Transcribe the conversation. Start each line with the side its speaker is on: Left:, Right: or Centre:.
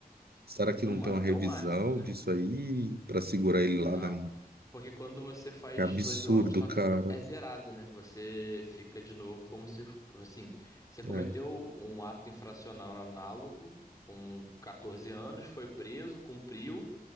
Right: Será que
Left: No,
Right: não
Left: ma-
Right: tem uma
Left: porque
Right: revisão
Left: é o máximo, né?
Right: disso aí pra segurar ele
Left: Não.
Right: lá na...
Left: Porque quando você faz
Right: Que absurdo,
Left: 18 anos, só
Right: cara.
Left: é zerado, né? Você fica de novo como se, assim, você cometeu
Right: É.
Left: um ato infracional análogo com 14 anos, foi preso, cumpriu,